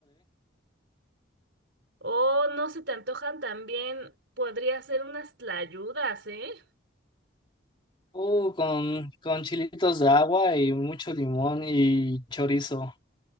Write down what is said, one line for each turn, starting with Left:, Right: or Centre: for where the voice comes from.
Right: O no se te antojan también, podría ser unas tlayudas, ¿eh?
Left: Uh, con, con chilitos de agua y mucho limón y chorizo.